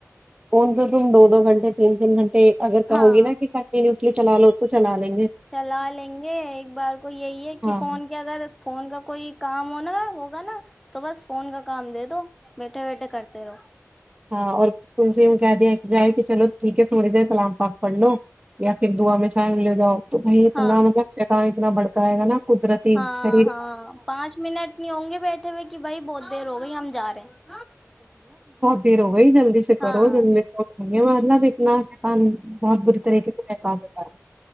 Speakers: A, on the right (about 20°); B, in the centre.
A: فون تو تم دو دو گھنٹے تین تین گھنٹے اگر
B: ہاں
A: کہوں گی نا کہ کنٹینیوسلی چلا لو تو چلا لے
B: چلا لیں گے ایک بار کو یہی ہے کہ
A: ہاں
B: فون کے اگر فون کا کوئی کام ہونا ہوگا نا تو بس فون کا کام دے دو بیٹھے بیٹھے کرتے رہو
A: ہاں اور تم سے کہہ دیا جائے کہ چلو ٹھیک ہے تھوڑی دیر کلام پاک پڑھ لو یا پھر دعا میں شامل ہو جاؤ تو بھائی اتنا
B: ہاں
A: مطلب شیطان اتنا بھڑکاے گا نا قدرتی
B: ہاں
A: شریر
B: ہاں پانچ منٹ نہیں ہوں گے بیٹھے ہوئے کہ بھائی بہت دیر ہو گئی ہم جا رہے ہیں
A: <unintelligible> وہی جلدی سے کرو
B: ہاں
A: جلدی سے مطلب اتنا شیطان بہت بری طریقے سے بہکا دیتا ہے